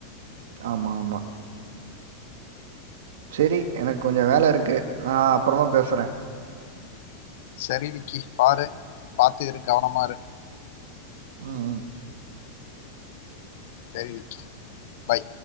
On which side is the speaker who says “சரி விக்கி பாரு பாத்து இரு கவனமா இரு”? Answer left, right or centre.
Left